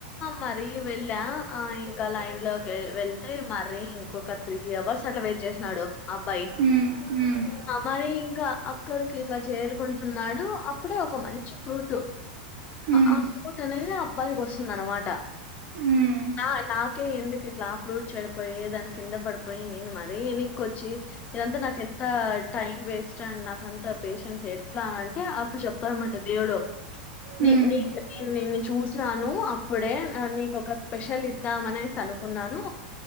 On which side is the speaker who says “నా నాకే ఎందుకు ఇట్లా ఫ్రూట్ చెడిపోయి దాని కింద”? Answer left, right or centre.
Left